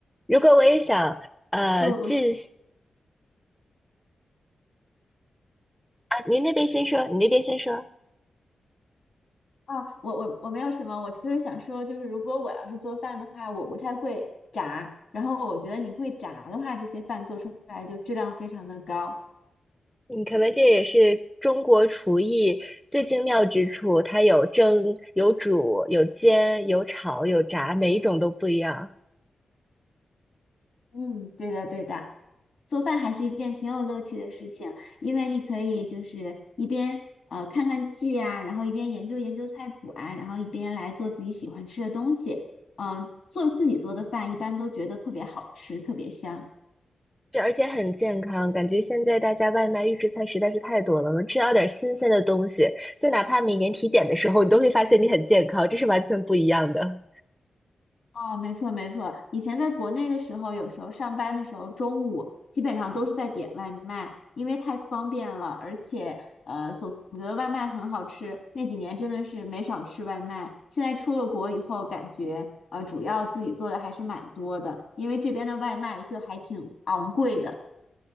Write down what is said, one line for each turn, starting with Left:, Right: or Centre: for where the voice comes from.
Centre: 如果我也想，呃，
Left: 呃，我
Centre: 进行啊，您那边先说，你那边先说。
Left: 啊，我我我没有什么，我就是想说，就是如果我要是做饭的话，我不太会炸，然后我觉得你会炸的话，这些饭做出来就质量非常的高。
Centre: 嗯，可能这也是中国厨艺最精妙之处，它有蒸、有煮、有煎、有炒、有炸，每一种都不一样，
Left: 嗯，对的对的，做饭还是一件挺有乐趣的事情，因为你可以就是一边呃看看剧啊，然后一边研究研究菜谱啊，然后一边来做自己喜欢吃的东西。嗯、做自己做的饭一般都觉得特别好吃，特别香。
Centre: 对而且很健康。感觉现在大家外卖预制菜实在是太多了，能吃到点新鲜的东西，就哪怕每年体检的时候，你都会发现你很健康，这是完全不一样的。
Left: 哦，没错没错，以前在国内的时候，有时候上班的时候，中午基本上都是在点外卖，因为太方便了，而且呃，总觉得外卖很好吃。那几年真的是没少吃外卖。现在出了国以后，感觉呃，主要自己做的还是蛮多的，因为这边的外卖就还挺昂贵的。